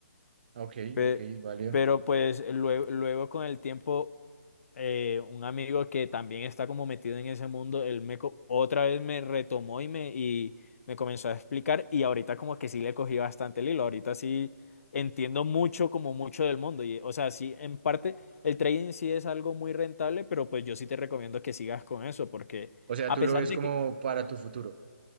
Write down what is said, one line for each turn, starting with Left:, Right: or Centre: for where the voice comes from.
Right: ok,
Left: Pe-
Right: ok, vale.
Left: Pero pues luego, luego con el tiempo eh, un amigo que también está como metido en ese mundo, él me co- otra vez me retomó y me, y me comenzó a explicar y ahorita como que sí le cogí bastante el hilo, ahorita sí entiendo mucho como mucho del mundo y o sea, sí en parte el trading sí es algo muy rentable, pero pues yo sí te recomiendo que sigas con eso porque
Right: O sea,
Left: a
Right: tú
Left: pesar
Right: lo ves
Left: de
Right: como
Left: que
Right: para tu futuro.